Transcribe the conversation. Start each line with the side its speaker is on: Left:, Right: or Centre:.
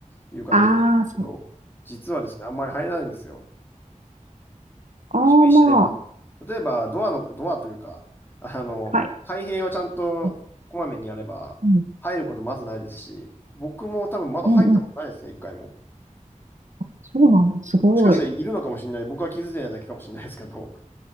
Left: 言う方いらっしゃるんですけど、
Right: ああー、そう。
Left: 実はですね、あんまり入らないんですよ。
Right: ああー、
Left: 注意すれば。
Right: まあ、
Left: 例えば、ドアの、ドアというか、あの、
Right: はい。
Left: 開閉をちゃんとこまめにやれば、
Right: うん、
Left: 入ることまずないですし、僕も多分まだ入ったことないですね、
Right: うん、うん。
Left: 一回も。
Right: そうなんだ。すごい。
Left: もしかしたらいるのかもしれない。僕は気づいてないだけかもしれないですけど、